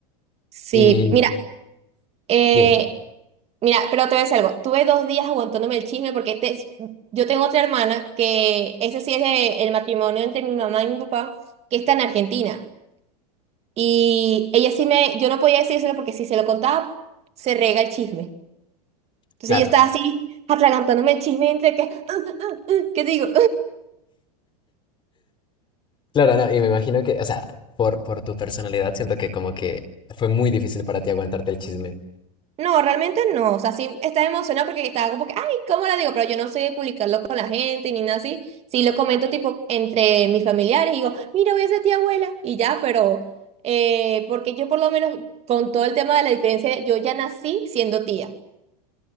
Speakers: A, on the right; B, on the left.
A: Sí,
B: Y
A: mira. Eh,
B: dime,
A: mira, pero te voy a decir algo. Tuve dos días aguantándome el chisme porque te- yo tengo otra hermana que ese sí es de- el matrimonio entre mi mamá y mi papá, que está en Argentina. Y ella sí me, yo no podía decírselo porque si se lo contaba, se rega el chisme. Entonces
B: claro.
A: yo estaba así, atragantándome el chisme entre que, <laughs> ¿qué digo?
B: Claro, no, y me imagino que, o sea, por, por tu personalidad siento que como que fue muy difícil para ti aguantarte el chisme.
A: No, realmente no. O sea, sí estaba emocionada porque estaba como que, ay, ¿cómo lo digo? Pero yo no sé publicarlo con la gente ni nada así. Sí lo comento tipo entre mis familiares y digo, mira, voy a ser tía abuela y ya, pero eh, porque yo por lo menos con todo el tema de la diferencia, de- yo ya nací siendo tía.